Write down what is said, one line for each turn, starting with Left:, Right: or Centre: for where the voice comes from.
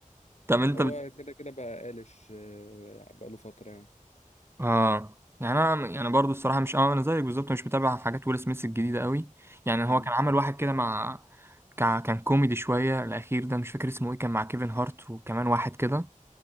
Right: طب انت
Left: هو
Right: بت...
Left: كده كده بقى قالش بقى له فترة يعني
Right: اه يعني انا يعني برضو الصراحه مش اه انا زيك بالظبط مش متابع حاجات ويل سميث الجديده قوي يعني هو
Left: مم.
Right: كان عمل واحد كده مع كا- كان كوميدي شويه الاخير ده مش فاكر اسمه ايه كان مع كيفن هارت وكمان واحد كده